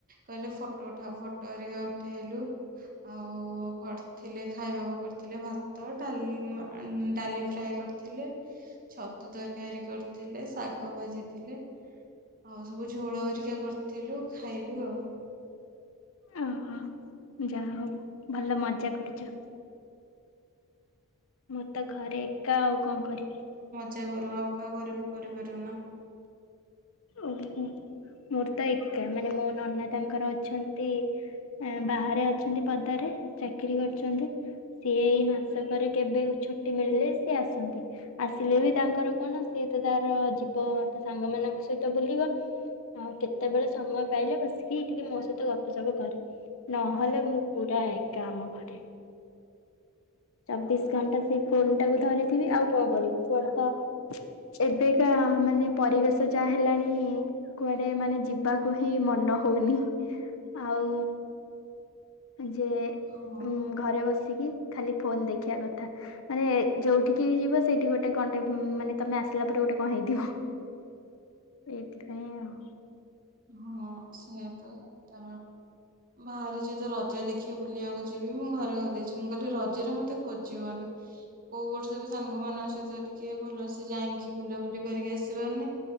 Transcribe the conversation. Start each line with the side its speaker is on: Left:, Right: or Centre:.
Right: କହିଲେ ଫଟୋ ଉଠାଉ ଫଟୋ ହେରିକା ଉଠେଇଲୁ। ଆଉ କରିଥିଲେ ଖାଇବାକୁ କରିଥିଲେ ଭାତ ଡାଲମା ଡାଲି ଫ୍ରାଏ କର ଥିଲେ ଛ ଛତୁ ତରକାରୀ କରିଥିଲେ ଶାଗ ଭାଜିଥିଲେ ଆଉ ସବୁ ଝୋଳ ହେରକା କରିଥିଲୁ ଖାଇଲୁ ଆଉ।
Left: ଓହୋ ଯାହା ହଉ ଭଲ ମଜା କରୁଛ। ମତେ ଘରେ ଏକା ଆଉ କଣ କରିବି?
Right: ଜା କରୁ ଆଉ କାହା ଘରେ ବି କରିପାରିବୁନା।
Left: ଓହୋ ମୋର ତ ଏକା ମାନେ ମୋ ନନା ତାଙ୍କର ଅଛନ୍ତି ବାହାରେ ଅଛନ୍ତି। ପଦାରେ ଚାକିରି କରିଛନ୍ତି। ସିଏ ଏଇ ମାସକରେ କେବେ ଛୁଟି ମିଳିଲେ ସିଏ ଆସନ୍ତି। ଆସିଲେ ବି ତାଙ୍କର କଣ ସିଏ ତ ତାର ତ ତା ସାଙ୍ଗ ମାନଙ୍କ ସହିତ ବୁଲିବ ଆଉ କେତେବେଳେ ସମୟ ପାଇଲେ ବସିକି ଟିକେ ମୋ ସହିତ ଗପସପ କରେ। ନହେଲେ ମୁଁ ପୁରା ଏକା ଆମ ଘରେ ଚବିଶ ଘଣ୍ଟା ସେ ଫୋନ ଟାକୁ ଧରିଥିବି ଆଉ କଣ କରିବି କୁଆଡେ ତ ଏବେକା ମାନେ ପରିବେଶ ଯାହା ହେଲାଣି କୁଆଡେ ମାନେ ଯିବାକୁ ହିଁ ମନ ହଉନି। ଆଉ ଯେ
Right: ହଁ
Left: ଉଁ ଘରେ ବସିକି ଖାଲି ଫୋନ ଦେଖିବା କଥା ମାନେ ଯୋଉଠିକି ଯିବ ସେଇଠି ଗୋଟେ କଣଟେ ମାନେ ତମେ ଆସିଲା ପରେ ଗୋଟେ କଣ ହେଇଥିବ। ଏଇଥିପାଇଁ ଆଉ
Right: ହଁ ସେୟା ତ ତା ବାହାରିଛି ତ ରଜ ଦେଖିବା ବୁଲିବାକୁ ଯିବି ମୁଁ ଘରେ କହିଦେଇଛି ମୁଁ କହିଲି ରଜରେ ମତେ ଖୋଜିବନି। କୋଉ ବର୍ଷ ବି ସାଙ୍ଗମାନଙ୍କ ସହିତ ଟିକେ ଟେ ଭଲସେ ଯାଇକି ବୁଲାବୁଲି କରିକି ଆସି ପାରୁନି।